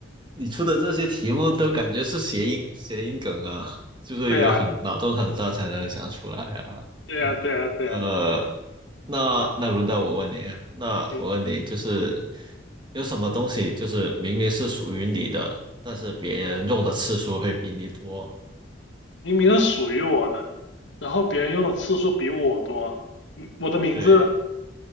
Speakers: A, on the right; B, on the left.
A: 你出的这些题目都感觉是谐音谐音梗啊，就是有很脑洞很大才能想出来啊。
B: 对啊，对啊，对啊，对啊。
A: 呃，那那轮到我问你啊，
B: 好，
A: 那我问你，
B: 行。
A: 就是有什么东西，就是明明是属于你的，但是别人用的次数会比你多？
B: 明明是属于我的，然后别人用的次数比我多。嗯我的名字
A: 对，